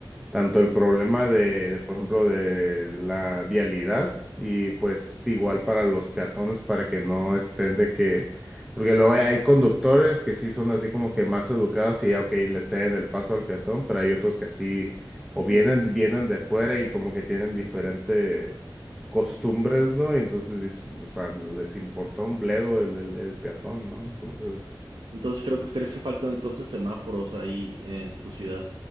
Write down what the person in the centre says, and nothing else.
tanto el problema de, de, por ejemplo, de la vialidad y pues igual para los peatones para que no estén de que, porque luego hay, hay conductores que sí son así como que más educados y ya, ok, le ceden el paso al peatón, pero hay otros que así o
vienen, vienen de fuera y como que tienen diferente costumbres, ¿no? Y entonces, dices, o sea, les importa un bledo el, el, el peatón, ¿no? Entonces...